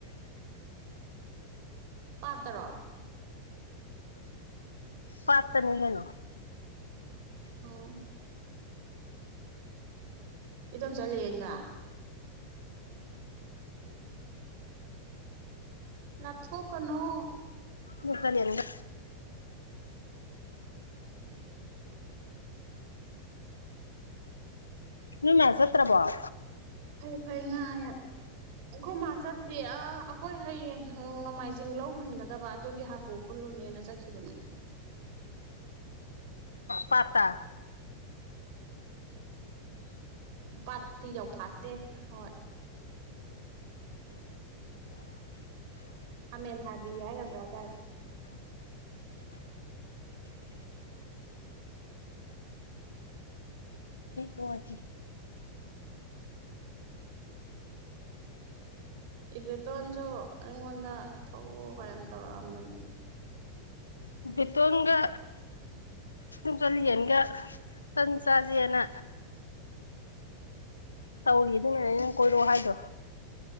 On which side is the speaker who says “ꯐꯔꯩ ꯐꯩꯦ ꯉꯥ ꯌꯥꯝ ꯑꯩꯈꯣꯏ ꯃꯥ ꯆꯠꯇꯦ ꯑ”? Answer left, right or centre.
Right